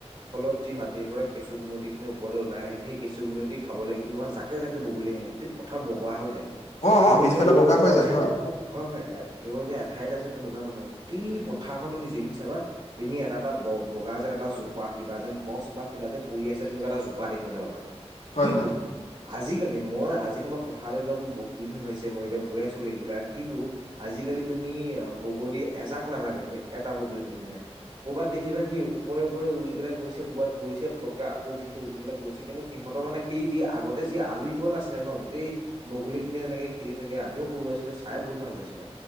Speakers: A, on the right; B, on the left.
A: ফলত যি মাটিৰ পৰা কেঁচু কুমটি খিনি ওপৰলৈ ওলাই আহে সেই কেঁচু কুমুটি খাবলে কিন্তু তোমাৰ জাকে জাকে বগলী লে আহে গোটেই পথাৰ বগা হৈ যায়।
B: অ
A: কেৱল
B: অ পিছফালে
A: যে অকল
B: বগা হৈ
A: এঠাইত
B: যায় হয়
A: হয় হয় এ কেৱল যে তে আছে তেনেকুৱা নহয় গোটেই পথাৰখন তুমি যেনি চাবা তেনি এটা এটা ব বগা যেন এটা জোপা কি কিবা যেন গছ বা কিবা যেন পৰি আছে তেনেকুৱা এটা জোপা দেখিবলৈ পাবা।
B: হয়
A: কিন্তু আজিকালি মই আজি তোমাৰ পথাৰলৈ যাম বহুত কেইদিন হৈছে মই এতিয়া গৈ আছো ৰেগুলাৰ কিন্তু আজিকালি তুমি অ বগলী এজাক নালাগে তুমি এটা বগলী তুমি নেদেখা। ক'বাত দেখিবা সেই ওপৰে ওপৰে উৰি পেলাই গৈছে ক'বাত পৰিছে পতকে আকৌ উঠি উঠি পেলাই গৈছে কিন্তু সিহঁৰ মানে সেই যি আগতে যি আলিংগন আছিলে ন গোটেই বগলী খিনিয়ে তেনেকে খেলি থাকে আমিও সৰু আছিলো চাই বহুত ভাল পাইছিলো।